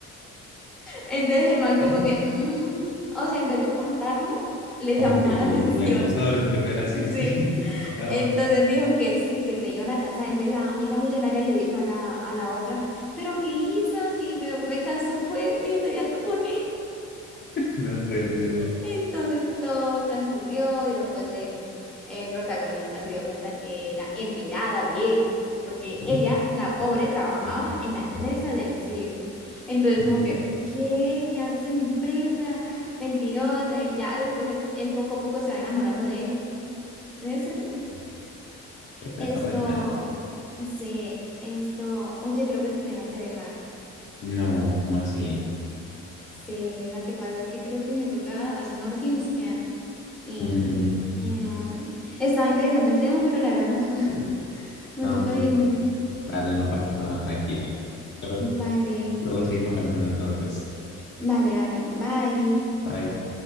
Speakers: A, in the centre; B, on the left.
A: Entonces el man
B: Ay,
A: como que, "Mm", o sea, en vez de espantarlo, le
B: como
A: llamó
B: que
A: mala atención.
B: le gustó que fuera así,
A: <laughs>
B: sí.
A: Sí.
B: <laughs> No,
A: Entonces dijo que sí, que se iban a casar. Entonces la amiga millonaria le dijo a la, a la otra, pero ¿qué hizo? Si me, me casó fue de inmediato con
B: no puede ser.
A: Entonces todo transcurrió y después el, el protagonista se dio cuenta que era empleada de él, porque
B: Ujú,
A: ella, la pobre, trabajaba en la empresa del CEO. Entonces
B: ujú.
A: como que, ¿qué? ¿Qué haces en mi empresa? Mentirosa. Y ya después él poco a poco se va enamorando de ella. De eso se trata.
B: Mm, Pues
A: Esto,
B: era buena, ¿eh?
A: se, esto, oye, creo que te tengo que dejar.
B: No, como así?
A: Sí, la que pasa es que creo que me toca hacer una urgencia. Y,
B: Mm,
A: y no, estaba interesante el tema, pero la verdad me toca, <laughs> me
B: no,
A: toca
B: pues
A: irme.
B: dale, no pasa nada, tranquilo. Luego,
A: Vale,
B: luego seguimos hablando entonces.
A: vale, vale. Bye.
B: Bye.